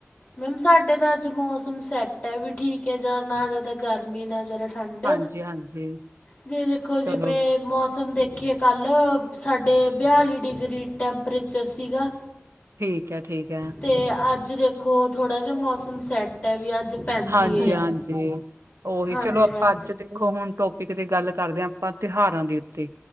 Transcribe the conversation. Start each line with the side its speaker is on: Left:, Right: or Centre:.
Left: ਮੈਮ ਸਾਡੇ ਤਾਂ ਅੱਜ ਮੌਸਮ ਸੈੱਟ ਏ ਵੀ ਠੀਕ ਏ ਜਾਂ ਨਾ ਜ਼ਿਆਦਾ ਗਰਮੀ ਨਾ ਜ਼ਿਆਦਾ ਠੰਡ
Right: ਹਾਂਜੀ, ਹਾਂਜੀ
Left: ਜੇ ਦੇਖੋਂ ਜਿਵੇਂ
Right: ਚਲੋ
Left: ਮੌਸਮ ਦੇਖੀਏ ਕੱਲ੍ਹ ਸਾਡੇ ਬਿਆਲੀ ਡਿਗਰੀ ਟੈਂਪਰੇਚਰ ਸੀਗਾ।
Right: ਠੀਕ ਐ -ਠੀਕ ਐ
Left: ਤੇ ਅੱਜ ਦੇਖੋਂ ਥੋੜ੍ਹਾ ਜਾ ਮੌਸਮ ਸੈੱਟ ਏ ਵੀ ਅੱਜ
Right: ਹਾਂਜੀ -ਹਾਂਜੀ
Left: ਆ
Right: ਓਹੀ
Left: ਹਾਂਜੀ
Right: ਚਲੋ ਆਪਾਂ
Left: ਮੈਡਮ
Right: ਅੱਜ ਦੇਖੋਂ ਹੁਣ ਟੋਪਿਕ ਦੀ ਗੱਲ ਕਰਦੇ ਹਾਂ ਆਪਾਂ ਤਿਉਹਾਰਾਂ ਦੇ ਉੱਤੇ